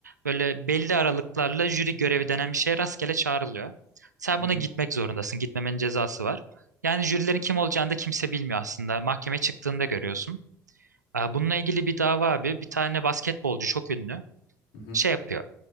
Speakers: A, on the right (about 80°); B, on the left (about 60°).
A: böyle belli aralıklarla jüri görevi denen bir şeye rastgele çağrılıyor. Sen
B: Hı
A: buna
B: hı.
A: gitmek zorundasın. Gitmemenin cezası var. Yani jürilerin kim olacağını da kimse bilmiyor aslında. Mahkemeye çıktığında görüyorsun. Aa, Bununla ilgili bir dava abi. Bir tane basketbolcu çok ünlü
B: Hı hı.
A: şey yapıyor.